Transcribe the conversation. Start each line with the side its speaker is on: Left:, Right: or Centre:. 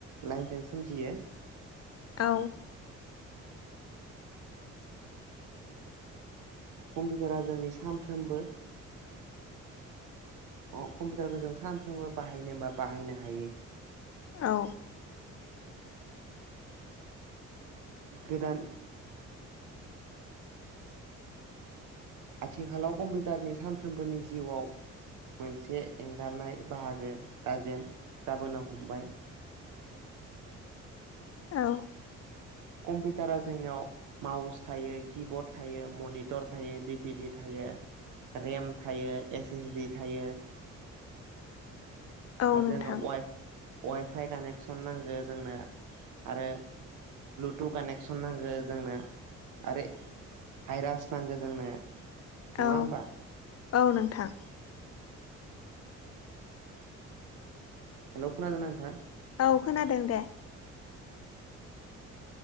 Right: लाइनजों सोमजियो
Left: औ
Right: कम्पिटारा जोंनि सानफ्रोमबो ओ कम्पिटारखो जों सानफ्रोमबो बाहायनो होनबा बाहायनो हायो
Left: औ
Right: गोदान आथिखालाव कम्पिटारनि सानफ्रोमबोनि जिउआव मोनसे एंगारनाय बाहागो दाजेम जाबोनो हमबाय
Left: औ
Right: कम्पिटारा जोंनिआव माउस थायो किबर्ड थायो मनिथर थायो डिपिडि थायो रेम थायो एस एसडि थायो
Left: औ
Right: आरो जोंनो
Left: नोंथां
Right: वाइ फाइ कानेकसन नांगौ जोंनो आरो ब्लुटु कानेक्सन नांगो जोंनो आरो भाइरास नांगो जोंनो नङा
Left: औ
Right: होमबा
Left: औ नोंथां।
Right: हेलौ खोनाना नोंथां?
Left: औ खोनादों दे।